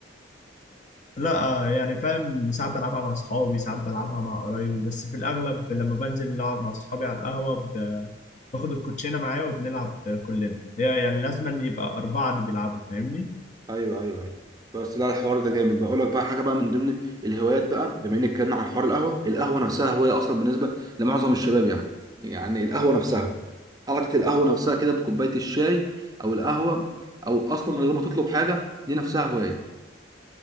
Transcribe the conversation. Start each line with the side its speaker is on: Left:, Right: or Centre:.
Left: لا آه، يعني فاهم ساعات بلعبها مع اصحابي ساعات بلعبها مع قرايبي بس في الاغلب لما بنزل اقعد مع اصحابي على القهوه ب... باخد الكوتشينه معايا وبنلعب كلنا هي يعني لازم أن يبقى اربعه اللي بيلعبوا فاهمني
Right: ايوه ايوه ايوه بس لا الحوار ده جامد بقول لك بقى حاجه بقى من ضمن الهوايات بقى بما انك اتكلمنا عن حوار القهوه القهوه نفسها هوايه اصلا بالنسبه لمعظم الشباب يعني يعني القهوه نفسها قعده القهوه نفسها كده بكوبايه الشاي او القهوه او اصلا من غير ما تطلب حاجه دي نفسها هوايه